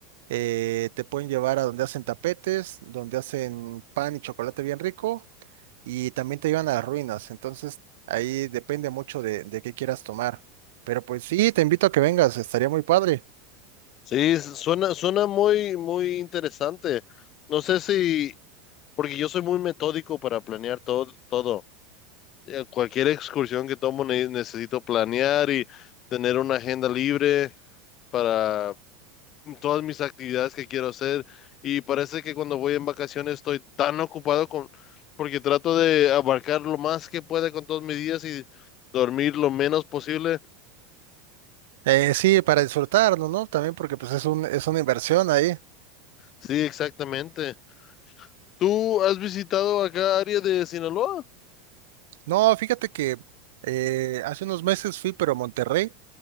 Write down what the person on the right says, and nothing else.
eh, te pueden llevar a donde hacen tapetes, donde hacen pan y chocolate bien rico. Y también te llevan a las ruinas. Entonces, ahí depende mucho de de qué quieras tomar. Pero pues sí, te invito a que vengas, estaría muy padre.
Eh, sí, para disfrutarlo, ¿no? También porque pues es un, es una inversión ahí.
No, fíjate que eh, hace unos meses fui, pero a Monterrey.